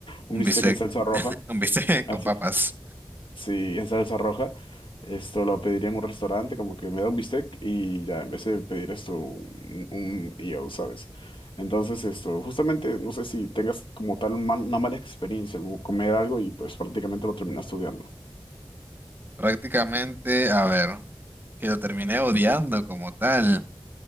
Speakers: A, on the left (about 80°); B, on the right (about 25°).
A: Un
B: un
A: bistec
B: bistec,
A: en salsa roja.
B: un bistec
A: Así,
B: <laughs> con papas.
A: sí, Sí, en salsa roja. Esto lo pediría en un restaurante, como que me da un bistec y ya, en vez de pedir esto, un, un yo, ¿sabes? Entonces, esto, justamente, no sé si tengas como tal un mal- una mala experiencia, como comer algo y pues prácticamente lo terminas estudiando.
B: Prácticamente, a ver. que lo terminé odiando como tal.